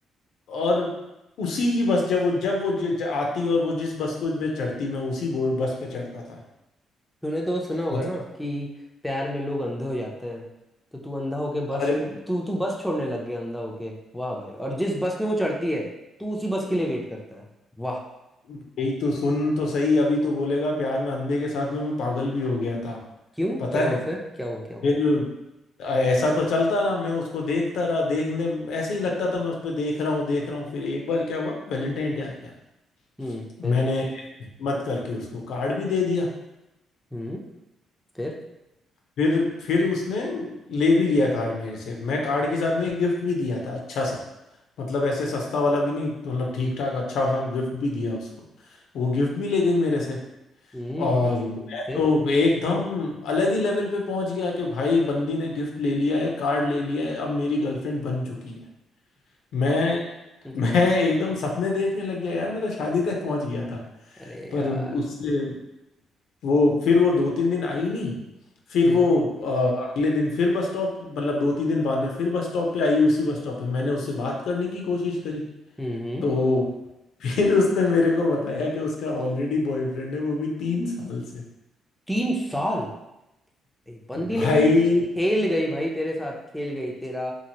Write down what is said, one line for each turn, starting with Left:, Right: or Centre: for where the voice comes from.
Left: और उसी की बस जब वो जब वो ज, ज, आती और वो जिस बस को मैं चढ़ती मैं उसी बोर्ड बस पे चढ़ता था
Centre: तूने तो सुना होगा
Left: मतलब
Centre: ना कि प्यार में लोग अंधे हो जाते हैं तो तू अंधा होके बस
Left: अरे
Centre: तू तू तू बस छोड़ने लग गया अंधा होके वाह भाई और जिस बस में वो चढ़ती है तू उसी बस के लिए वेट करता है वाह
Left: भाई तू सुन तो सही अभी तू बोलेगा प्यार में अंधे के साथ में मैं पागल भी हो गया था
Centre: क्यों
Left: पता
Centre: क्या हुआ
Left: है
Centre: फिर क्या हुआ
Left: फिर
Centre: क्या हुआ
Left: ऐसा तो चलता रहा मैं उसको देखता रहा देखने ऐसे ही लगता था मैं उस पर देख रहा हूँ देख रहा हूँ फिर एक बार क्या हुआ वैलेंटाइन डे आ गया
Centre: हम्म
Left: मैंने
Centre: फिर
Left: हिम्मत करके उसको कार्ड भी दे दिया
Centre: हम्म फिर
Left: फिर फिर उसने ले भी लिया कार्ड मेरे से मैं कार्ड के साथ में एक गिफ्ट भी दिया था अच्छा सा मतलब ऐसे सस्ता वाला भी नहीं मतलब ठीक ठाक अच्छा सा गिफ्ट भी दिया उसको वो गिफ्ट भी ले गई मेरे से
Centre: हम्म
Left: और मैं
Centre: फिर
Left: तो एकदम अलग ही लेवल पे पहुंच गया कि भाई बंदी ने गिफ्ट ले लिया है कार्ड ले लिया है अब मेरी गर्लफ्रेंड बन चुकी है मैं
Centre: <laughs>
Left: मैं एकदम सपने देखने लग गया यार मैं तो शादी तक पहुंच गया था
Centre: अरे
Left: पर
Centre: यार
Left: उससे वो फिर वो दो तीन दिन आई नहीं फिर
Centre: हम्म
Left: वो अ, अगले दिन फिर बस स्टॉप मतलब दो तीन दिन बाद में फिर बस स्टॉप पे आई उसी बस स्टॉप पे मैंने उससे बात करने की कोशिश करी
Centre: हम्म हम्म।
Left: तो फिर उसने मेरे को बताया कि उसका ऑलरेडी बॉयफ्रेंड है वो भी तीन साल से
Centre: तीन साल ए, बंदी
Left: भाई
Centre: लेकिन खेल गई भाई तेरे साथ खेल गई तेरा